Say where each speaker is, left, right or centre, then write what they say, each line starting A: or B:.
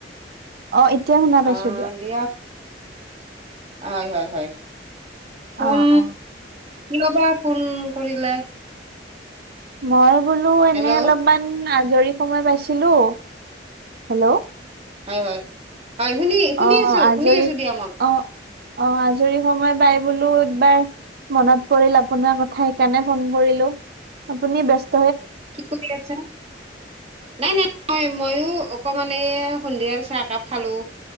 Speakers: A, on the right; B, on the right.
A: অ এতিয়া শুনা
B: অ
A: পাইছো দিয়ক
B: দিয়া হয় হয় হয় ফোন
A: অ অ
B: কবা ফোন কৰিলে
A: মই বোলো এনে
B: হেল্ল'
A: অলপমান আজৰি সময় পাইছিলো হেল্ল'
B: হয় হয় হয় শুনি শুনি
A: অ
B: আছো
A: আজৰি
B: শুনি আছো দিয়া মই
A: অ অ আজৰি সময় পাই বোলো একবাৰ মনত পৰিল আপোনাৰ কথা সেইকাৰণে ফোন কৰিলো আপুনি বস্ত
B: কি ক আছে নাই নাই হয় ময়ো অকমান এই সন্ধিয়াৰ চাহ একাপ খালোঁ